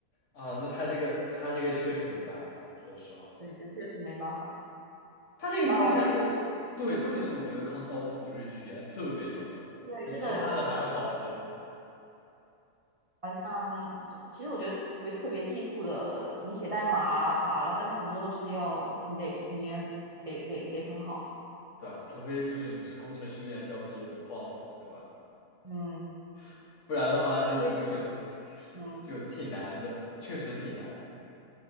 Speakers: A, on the left; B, on the right.
A: 啊，那他这个他这个确实没办法，我说实话，
B: 对，这确实没办法。
A: 他这个应该还是对，
B: 然后我也
A: 特别是我觉得 consulting 就是语言特别重要，
B: 对，真的，
A: 其他的还好，
B: 我觉得，
A: 真。
B: 嗯，这其实我觉得除非特别技术的，你写代码啦啥了，但是很多都是要你得语言得得得很好。
A: 对啊，除非就是你是工程师院校毕业的 quant，对吧？
B: 嗯，
A: <laughs> 不然的话，
B: 我也在想，
A: 真的就是
B: 嗯。
A: 就挺难的，确实挺难。